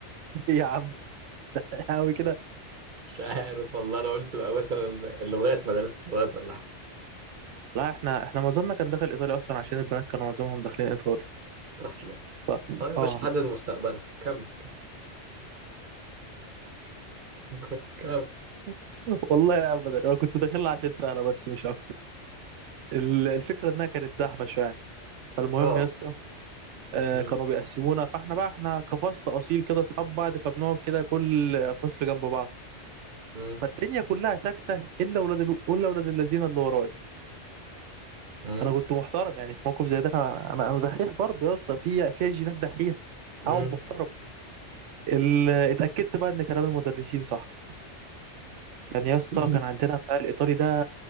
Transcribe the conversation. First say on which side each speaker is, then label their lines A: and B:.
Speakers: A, on the right (about 80°); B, on the right (about 50°).
A: <laughs> ايه يا عم قوي كده
B: مش عارف والله انا قلت بقى مثلا اللغات مدرسة لغات ولا حاجة
A: لا احنا احنا معظمنا كان داخل ايطالي اصلا عشان البنات كانوا معظمهم داخلين ايطالي
B: اصلا
A: ف
B: اه يا باشا
A: اه
B: حدد مستقبلك كمل كمل <laughs> كمل
A: <laughs> والله ابدا انا كنت داخلها عشان سهله بس مش اكتر ال- الفكره انها كانت زحمه شويه فالمهم
B: اه
A: يا اسطى آه،
B: مم.
A: كانوا بيقسمونا فاحنا بقى احنا كفصل اصيل كده اصحاب بعض فبنقعد كده كل فصل جنب بعض
B: مم.
A: فالدنيا كلها ساكته الا ولاد ال... الا ولاد الذين اللي ورايا
B: مم.
A: انا كنت محترم يعني في موقف زي ده انا انا انا دحيح برضه يا اسطى في في جينات دحيح
B: مم.
A: اقعد محترم ال- اتاكدت بقى ان كلام المدرسين صح كان يا اسطى
B: مم.
A: كان عندنا بتاع الايطالي ده